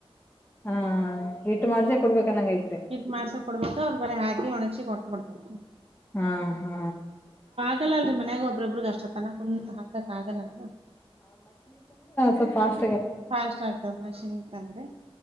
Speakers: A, on the left; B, on the right.
A: ಹಾ ಹಿಟ್ ಮಾಡ್ಸೆ ಕೊಡ್ಬೇಕನ್ನಂಗ ಐತ್ರಿ
B: ಇಟ್ ಮಾಡ್ಸಕ್ ಕೊಡ್ಬೇಕು ಅವ್ರ ಬರ ಹಾಕಿ ಒಣಗಸಿ ಕೊಟ್ಟ ಕೊ
A: ಹಾ ಹಾ
B: <unintelligible> ಮನಯಾಗ ಒಬ್ಬ್ರೊಬ್ಬ್ರಗ ಅಷ್ಟ ತನ ಕುಂತ ಹಾಕಕ್ ಆಗಲ್ಲಲ್ಲ
A: ಸಫಾಶ
B: ಫಾಸ್ಟ್ ಆಗ್ತದ ಮಷನ್ಿಂತಂದ್ರೆ